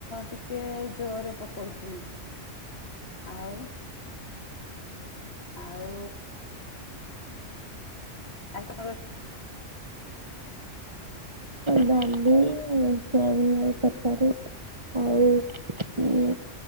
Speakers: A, on the left (about 55°); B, on the right (about 25°).
A: ଟିକେ ଜୋରରେ ପକଉଛି। ଆଉ ଆଉ। ଆଜି ତ ତମେ।
B: ଡାଲି <unintelligible> ତରକାରି ଆଉ। ହୁ।